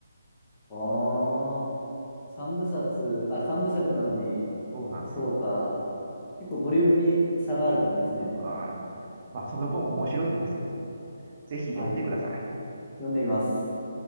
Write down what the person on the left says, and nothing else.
ああ、3部冊、あ、3部作なのに、
そうか。結構ボリュームに差がある感じですね。
はい。読んでみます。